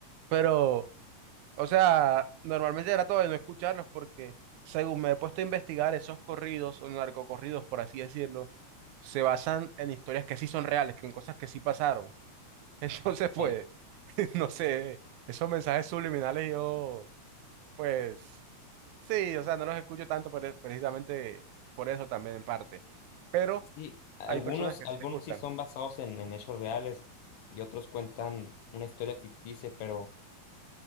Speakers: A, on the right (about 80°); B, on the left (about 75°).
A: pero... O sea, normalmente trato de no escucharlos porque, según me he puesto a investigar, esos corridos o narcocorridos, por así decirlo, se basan en historias que sí son reales, que en cosas que sí pasaron. <laughs> Entonces, pues,
B: Eh,
A: <laughs> no sé, esos mensajes subliminales yo, pues, sí, o sea, no los escucho tanto por e- precisamente por eso también en parte. Pero
B: sí, algunos,
A: hay personas que
B: algunos
A: sí les gustan.
B: sí son basados en, en hechos reales y otros cuentan una historia ficticia, pero